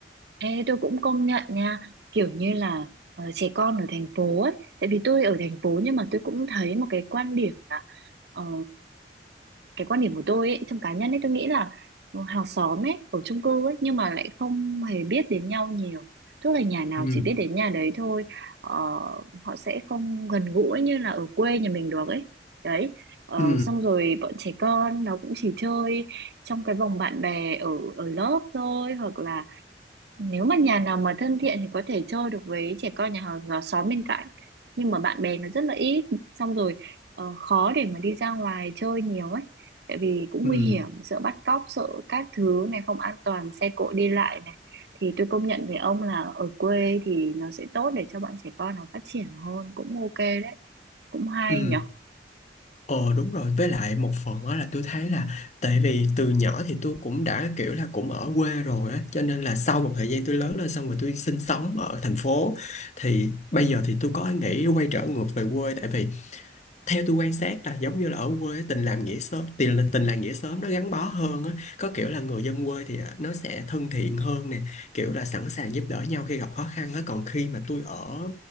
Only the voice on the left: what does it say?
Ừ.
Ừ,
ừ,
ừ.
Ờ đúng rồi, với lại một phần đó là tôi thấy là tại vì từ nhỏ thì tôi cũng đã kiểu là cũng ở quê rồi á, cho nên là sau một thời gian tôi lớn lên xong rồi tôi sinh sống ở thành phố thì bây giờ thì tôi có nghĩ quay trở ngược về quê tại vì theo tôi quan sát là giống như là ở quê tình làm nghĩa sớm tình tình làng nghĩa xóm nó gắn bó hơn á có kiểu là người dân quê thì à, nó sẽ thân thiện hơn nè kiểu là sẵn sàng giúp đỡ nhau khi gặp khó khăn á còn khi mà tôi ở